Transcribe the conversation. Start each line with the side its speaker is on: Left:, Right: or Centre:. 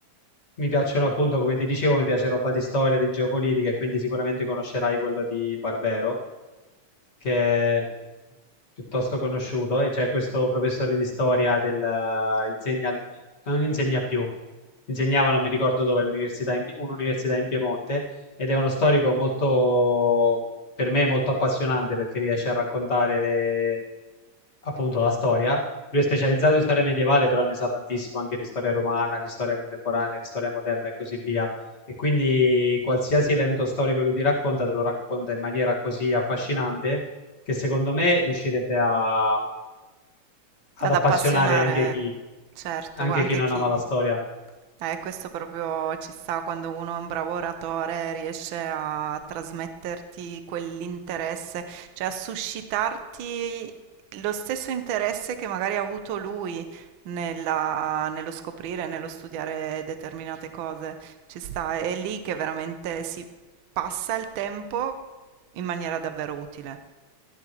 Left: mi piacciono appunto, come ti dicevo, mi piace roba di storia, di geopolitica e quindi sicuramente conoscerai quello di Barbero, che è piuttosto conosciuto, e c'è questo professore di storia del, eh, insegna, non insegna più, insegnava, non mi ricordo dove, all'università in- un'università in Piemonte, ed è uno storico molto, per me, molto appassionante perché riesce a raccontare le- appunto la storia. Lui è specializzato in storia medievale, però ne sa tantissimo anche di storia romana, di storia contemporanea, di storia moderna e così via. E quindi qualsiasi evento storico lui ti racconta, te lo racconta in maniera così affascinante che secondo me riuscirebbe a- ad appassionare
Right: Ad appassionare,
Left: anche chi,
Right: certo,
Left: anche
Right: anche
Left: chi non
Right: chi...
Left: ama la storia.
Right: Eh, questo proprio ci sta quando uno è un bravo oratore, riesce a trasmetterti quell'interesse, cioè a suscitarti lo stesso interesse che magari ha avuto lui nella- nello scoprire, nello studiare determinate cose. Ci sta, è lì che veramente si passa il tempo in maniera davvero utile.